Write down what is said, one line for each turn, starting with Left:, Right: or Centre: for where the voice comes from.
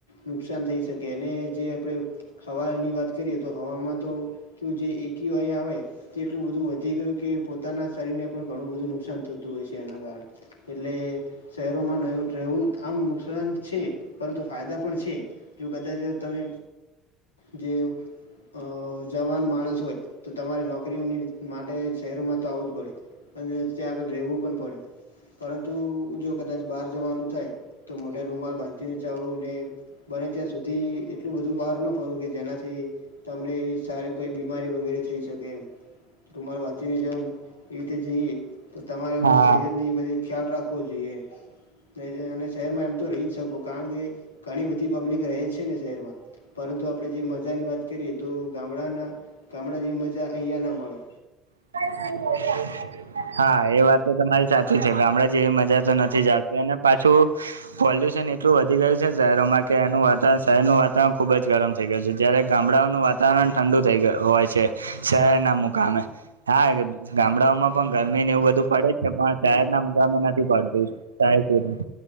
Left: નુકસાન થઈ શકે અને જે આપણે. હવાની વાત કરીએ તો હવામાં તો કું જે એકયુઆઈ આવે. એટલું બધું વધી ગયું કે પોતાના શરીરને પણ ઘણું બધું નુકસાન થતું હોય છે એના કારણે. એટલે શહેરોમાં રહેવું આમ નુકસાન છે પરંતુ ફાયદા પણ છે. એ કદાચ તમે જે અ જવાન માણસ હોય. તો તમારે નોકરીની માટે શહેરોમાં તો આવું જ પડે અને ત્યાં આગળ રહેવું પણ પડે. પરંતુ જો કદાચ બહાર જવાનું થાય તો મોટે રૂમાલ બાંધીને ચાવું ને. બને ત્યાં સુધી એટલું બધું બહાર ન ફરવું કે જેનાથી. તમને એવી સારી કોઈ બીમારી વગેરે થઈ. કે એ તમારું વા્યની જ એવી રીતે જઈએ તો તમારે
Right: હા
Left: સેહત. બધ ખ્યાલ રાખવો જોઈએ નહી શહેરમાં એમ તો રહી જ શકો. કારણ કે ઘણી બધી પબ્લિક રહે જ છે ને શહેરમાં. પરંતુ આપણે જે મજાની વાત કરીએ તો ગામડાના ગામડા જેવી મજા અહીંયા ના મળે.
Right: <inaudible> હા એ વાત તો તમારી સાચી છે ગામડા જેવી મજા તો નથી જાણતી અને પાછું. પોલ્યુશન એટલું વધી ગયું છે શહેરોમાં કે એનું વાતાવરણ શહેરનું વાતાવરણ ખુબ જ ગરમ છે. થઈ ગય છે જયારે ગામડાઓનું વાતાવરણ ઠંડુ થઈ ગયું હોય છે શહેરના મુકામે હા ગામડાઓમાં. પણ ગરમી ને એવું બધું પડે જ છે પણ ચહેર ના મંગામાં નથી પડતુંહેર